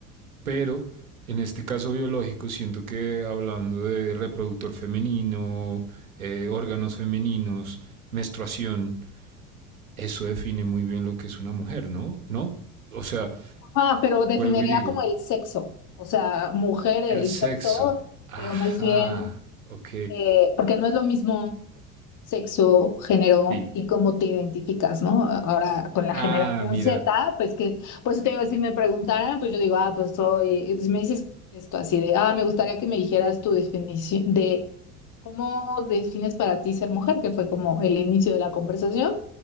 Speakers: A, on the right; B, on the left.
A: Pero en este caso biológico, siento que hablando de reproductor femenino, eh, órganos femeninos, menstruación, eso define muy bien lo que es una mujer, ¿no? ¿No? O sea,
B: Ajá, pero definiría
A: vuelvo y digo,
B: como el sexo, o sea, mujer, el
A: el sexo.
B: sexo,
A: Ajá,
B: pero más bien,
A: ok,
B: eh, porque no es lo mismo sexo, género
A: sí.
B: y cómo te identificas, ¿no? Ahora con la
A: Ah,
B: generación
A: mira,
B: Z, pues que, pues te digo, si me preguntaran, pues yo digo, ah, pues soy, si me dices esto así de, ah, me gustaría que me dijeras tu definición de cómo defines para ti ser mujer, que fue como el inicio de la conversación.